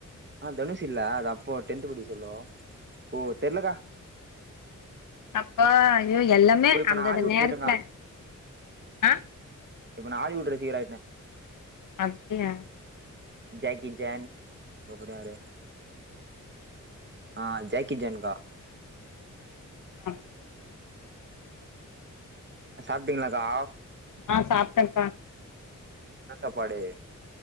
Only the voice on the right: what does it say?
ஆ தனுஷ் இல்ல அது அப்போ டென்த் படிக்க சொல்லோ ஓ தெர்லக்கா
இப்ப
நா ஹாலிவுட்
போயிட்டேங்கா
இப்ப நா ஹாலிவுட் ரசிகராயிட்ட
ஜாக்கி ஜான் அப்ரோ யாரு ஆ ஜாக்கி ஜான்கா
சாப்டீங்ளாக்கா
என்ன சாப்பாடு